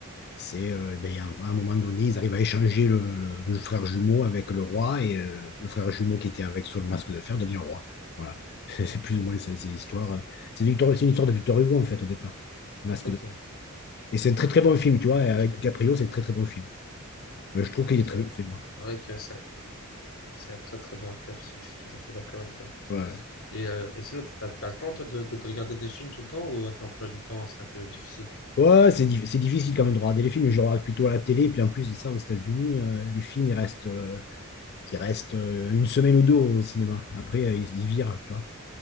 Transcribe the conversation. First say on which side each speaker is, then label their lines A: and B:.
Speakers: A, on the left; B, on the left.
A: c'est euh, ben, à un moment donné, ils arrivent à échanger le, le- le frère jumeau avec le roi. Et euh, le frère jumeau qui était avec sur le masque de fer devient roi. Voilà. <laughs> C'est c'est plus ou moins c'est c'est l'histoire. euh, C'est Victor, c'est une histoire de Victor Hugo, en fait, au départ. Le masque
B: ok,
A: de Et c'est un très très bon film, tu vois.
B: ok,
A: et avec
B: je,
A: DiCaprio, c'est un très très bon film. Mais je trouve qu'il est
B: C'est
A: très bien fait, moi.
B: vrai que c'est un, c'est un très très bon acteur, je suis tout à fait d'accord avec toi.
A: Ouais, ouais.
B: Et, euh, et sinon, t'as, t'as t'as le temps toi de, de te regarder des films tout le temps ou avec l'emploi du temps, c'est un peu difficile?
A: Ouais, c'est dif- c'est difficile quand même de regarder les films. mais Je regarde plutôt à la télé. Et puis en plus de ça, aux États-Unis, euh, les films, ils restent. euh, il reste euh, une semaine ou deux au cinéma. Après, euh, ils, ils virent, tu vois.